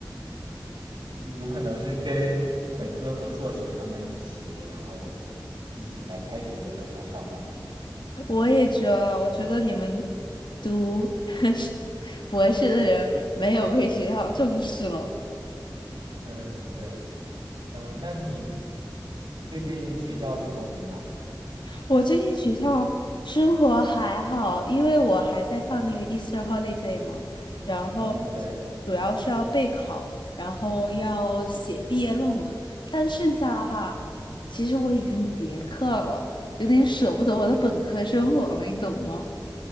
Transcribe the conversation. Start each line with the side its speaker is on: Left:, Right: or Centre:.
Right: <laughs> 有有可能是跟本科和硕士他们一起，然后一起来开学的时候来上班嘛。
Left: 我也觉得，我觉得你们读 <laughs> 博士的人没有被学校重视了。
Right: 嗯，对，嗯、那你最近学校生活怎么样？
Left: 我最近学校生活还好，因为我还在放那个 Easter holiday 嘛，然后
Right: 嗯，对。
Left: 主要是要备考，然后要写毕业论文，但剩下的话，其实我已经结课了，有点舍不得我的本科生活了，你懂吗？